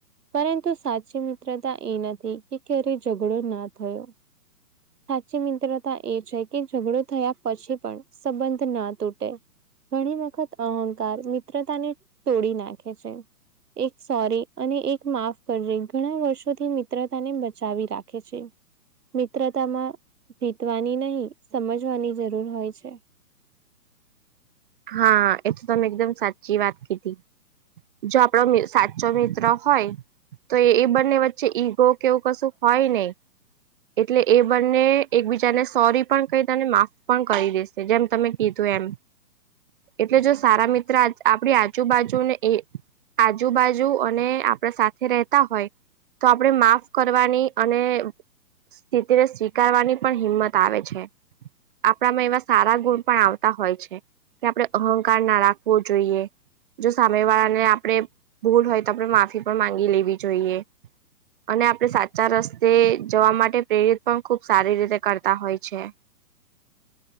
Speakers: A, on the right; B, on the right.
A: પરંતુ સાચી મિત્રતા એ નથી કે ક્યારે ઝઘડો ના થયો. સાચી મિત્રતા એ છે કે ઝઘડો થયા પછી પણ સંબંધ ના તૂટે. ઘણી વખત અહંકાર મિત્રતાને તોડી નાખે છે. એક સોરી અને એક માફ કરજે ઘણા વર્ષોથી મિત્રતાને બચાવી રાખે છે. મિત્રતામાં જીતવાની નહી સમજવાની જરૂર હોય છે.
B: હા એ તો તમે એકદમ સાચી વાત કીધી. જો આપણો સાચો મિત્ર હોય તો એ બંને વચ્ચે ઈગો કેવું કશું હોય નહિ એટલે એ બંને એકબીજાને સોરી પણ કહી દેને માફ પણ કરી દેશે જેમ તમે કીધું એમ એટલે જો સારા મિત્ર આપણી આજુબાજુને એ આજુબાજુ અને આપણા સાથે રહેતા હોય તો આપણે માફ કરવાની અને સ્થિતિને સ્વીકારવાની પણ હિંમત આવે છે. આપણામાં એવા સારા ગુણ પણ આવતા હોય છે. કે આપણે અહંકાર ના રાખવો જોઈએ. જો સામે વાળા ને આપડણે ભૂલ હોય તો આપણે માફી પણ માંગી લેવી જોઈએ. અને આપણે સાચા રસ્તે જવા માટે પ્રેરિત પણ ખુબ સારી રીતે કરતા હોય છે.